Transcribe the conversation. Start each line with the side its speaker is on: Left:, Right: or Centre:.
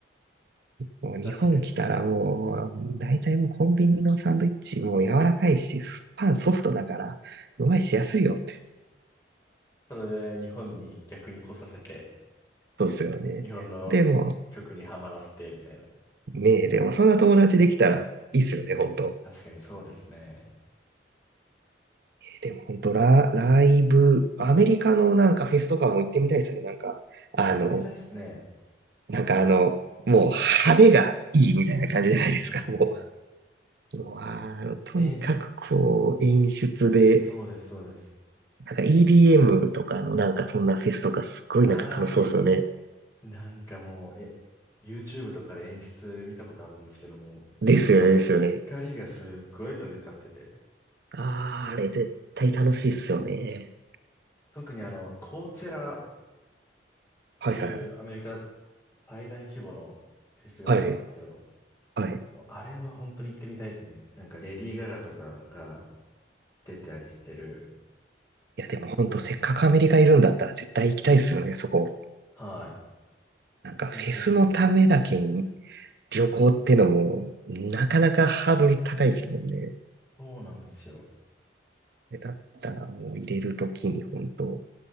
Right: もう日本来たらもう、
Left: 確かに。
Right: 大体もうコンビニのサンドイッチ、もう柔らかいし、パンソフトだから、うまいしやすいよって。
Left: それで日本に逆に来させて、
Right: そうっすよね。
Left: 日本の曲にはまらせて、
Right: でも、
Left: みたいな。
Right: ねえ、でもそんな友達できたらいいっすよね、ほんと。
Left: 確かにそうですね。
Right: でもほんと、ラ、ライブ、アメリカのなんかフェスとかも行ってみたいですね。なんか、
Left: 行ってみたいですね。
Right: あの、なんかあの、もう派手がいいみたいな感じじゃないですか。
Left: うんうんうんうん。
Right: ももうあの、とにかくこう、
Left: えー
Right: 演出で、
Left: そうです、そうです。
Right: なんか EDM とかのなんかそんなフェスとかすっごいなんか楽しそうですよね。
Left: あーい。なんかもう、え、YouTube とかで演出見たことあるんですけども、すっごい、
Right: ですよね、ですよね。
Left: 光がすっごい飛び交ってて、
Right: ああ、あれ絶対楽しいっすよね。
Left: 特にあの、コーチェラっ
Right: はいはい。
Left: ていうアメリカ最大規模のフェスがあるんですけど、
Right: はい。はい。
Left: もうあれは本当に行ってみたいですね。なんかレディー・ガガとかが出てたりしてる
Right: いやでもほんとせっかくアメリカいるんだったら絶対行きたいっすよね、
Left: フェスなんですけど、
Right: そこ。
Left: は
Right: なんかフェスのためだけに
Left: い。めちゃめちゃ行きたいです。
Right: 旅行ってのもなかなかハードル高いですもんね。
Left: そうなんですよ。
Right: だったらもう入れるときに本当